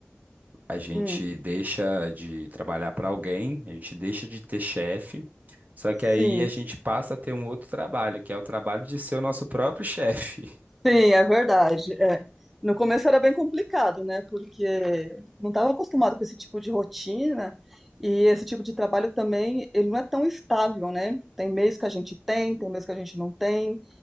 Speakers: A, on the right; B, in the centre.
A: a gente
B: Hum,
A: deixa de trabalhar para alguém, a gente deixa de ter chefe, só que aí
B: sim.
A: a gente passa a ter um outro trabalho, que é o trabalho de ser o nosso próprio chefe. <laughs>
B: Sim, é verdade. é. No começo era bem complicado, né? Porque não estava acostumado com esse tipo de rotina e esse tipo de trabalho também, ele não é tão estável, né? Tem mês que a gente tem, tem mês que a gente não tem.